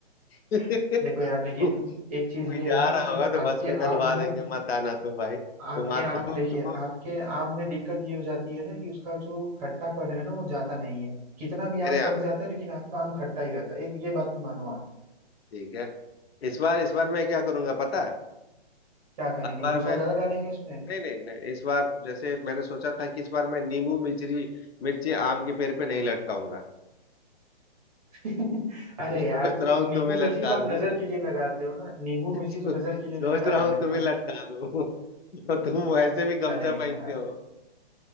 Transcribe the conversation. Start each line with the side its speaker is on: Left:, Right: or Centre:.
Left: <laughs>
Right: <laughs> देखो यार लेकिन
Left: कोई
Right: एक चीज ये
Left: जा
Right: है ना
Left: रहा
Right: कि
Left: होगा तो बस
Right: आपके
Left: में डलवा
Right: आम में
Left: देंगे मत आना तुम भाई तुम
Right: आपके
Left: आते
Right: आम
Left: हो
Right: देखिए
Left: तो
Right: आपके आम में दिक्कत ये हो जाती है ना कि उसका जो खट्टापन है ना वो जाता नहीं है कितना भी
Left: मेरे
Right: आम
Left: यहाँ
Right: पक
Left: में
Right: जाता है लेकिन आपका आम खट्टा ही रहता है एक ये बात तो मानो आप
Left: ठीक है इस बार इस बार मैं क्या करूंगा पता है
Right: क्या करेंगे
Left: हर
Right: भूसा
Left: बार मैं
Right: ज्यादा डालेंगे उसमें
Left: नहीं नहीं नहीं इस बार जैसे मैंने सोचा था कि इस बार मैं नींबू मिर्ची मिर्ची आम के पेड़ पे नहीं लटकाऊंगा
Right: <laughs>
Left: <laughs>
Right: अरे यार
Left: सोच
Right: तो
Left: रहा हूँ
Right: नींबू
Left: तुम्हें लटका
Right: मिर्ची तो आप
Left: दूं
Right: नजर
Left: <laughs>
Right: के लिए लगाते हो ना नींबू मिर्ची
Left: सो-
Right: तो नजर के लिए
Left: सोच
Right: लटका
Left: रहा
Right: रहे
Left: हूँ
Right: हैं
Left: तुम्हें
Right: ना
Left: लटका दूं <laughs> और तुम वैसे भी गमछा
Right: अरे
Left: पहनते
Right: यार
Left: हो